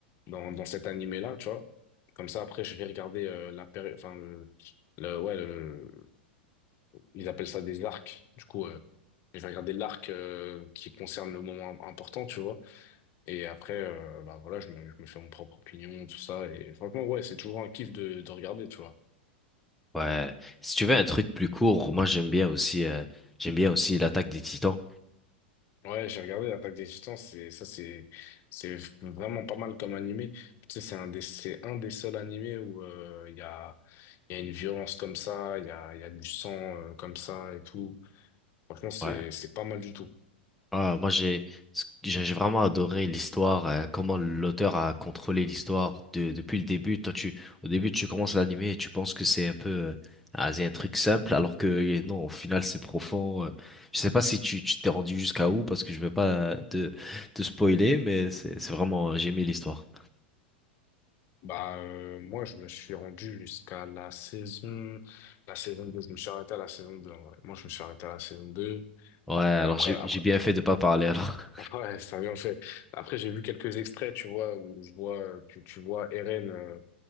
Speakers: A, on the left; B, in the centre.
A: dans, dans cet animé-là, tu vois. Comme ça, après, je vais regarder euh, la péri- enfin, le, le- ouais, le- ils appellent ça des arcs. Du coup, euh, je vais regarder l'arc euh, qui concerne le moment im- important, tu vois. Et après, euh, bah voilà, je me, je me fais mon propre opinion, tout ça. Et franchement, ouais, c'est toujours un kiff de, de regarder, tu vois.
B: Ouais. Si tu veux un truc plus court, moi j'aime bien aussi, euh, j'aime bien aussi l'attaque des Titans.
A: Ouais, j'ai regardé l'Attaque des Titans, c'est ça c'est c'est vraiment pas mal comme animé. Tu sais, c'est un des c'est un des seuls animés où euh, il y a il y a une violence comme ça, il y a il y a du sang euh, comme ça et tout. Franchement, c'est
B: Ouais.
A: c'est pas mal du tout.
B: Ah, moi, j'ai ce j'ai j'ai vraiment adoré l'histoire, euh, comment l'auteur a contrôlé l'histoire de, depuis le début. Toi, tu, au début, tu commences l'anime et tu penses que c'est un peu, euh, ah, c'est un truc simple, alors que euh, non, au final, c'est profond. euh. Je sais pas si tu tu t'es rendu jusqu'à où, parce que je vais pas te, te spoiler, mais c'est c'est vraiment, j'ai aimé l'histoire.
A: Bah euh, moi je me suis rendu jusqu'à la saison la saison 2. je me suis arrêté à la saison deux. en vrai. Moi je me suis arrêté à la saison 2.
B: Ouais, alors
A: Euh, après
B: j'ai
A: après
B: j'ai bien fait de pas parler alors. <laughs>
A: après <laughs> ça vient en fait. Après j'ai vu quelques extraits, tu vois, où je vois tu tu vois Eren euh,